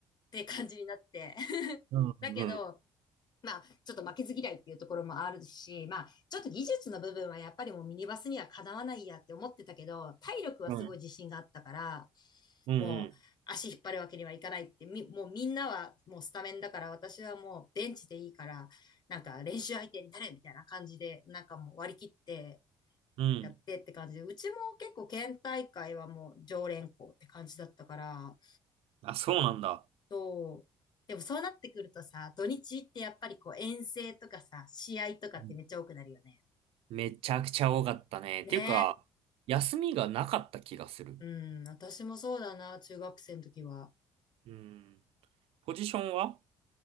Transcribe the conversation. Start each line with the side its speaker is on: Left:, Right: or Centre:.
Left: て感じになって。
Right: うん、
Left: <laughs> だけど、
Right: うん、
Left: まあ、ちょっと負けず嫌いっていうところもあるし、まあ、ちょっと技術の部分はやっぱりもうミニバスにはかなわないやって思ってたけど、体力はすごい自信があったから、
Right: うん、うん、
Left: もう足引っ張るわけにはいかないって、
Right: うん。
Left: み、もうみんなはもうスタメンだから、私はもうベンチでいいから、なんか練習相手になれみたいな感じで、なんかもう割り切って
Right: うん
Left: やってって感じで、うちも結構県大会はもう常連校って感じだったから、
Right: あ、そうなんだ。
Left: そう。でもそうなってくるとさ、土日ってやっぱりこう遠征とかさ、試合とかってめっちゃ多くなるよね。
Right: うんめちゃくちゃ多かったね。
Left: ね
Right: っていうか、休みがなかった気がする。
Left: え。うん、私もそうだな、中学生の時は。
Right: うん。ポジションは